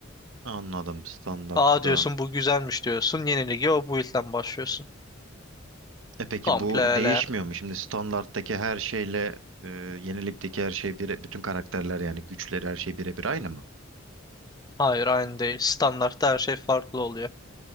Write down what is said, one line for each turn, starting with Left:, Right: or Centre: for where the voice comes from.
Right: Anladım standartta.
Left: Aa diyorsun bu güzelmiş diyorsun. Yeni ligi o build'den başlıyorsun.
Right: E peki
Left: Komple.
Right: bu değişmiyor mu? Şimdi standarttaki her şeyle e, yenilikteki her şey bire, bütün karakterler yani güçleri her şey birebir aynı mı?
Left: Hayır aynı değil. Standartta her şey farklı oluyor.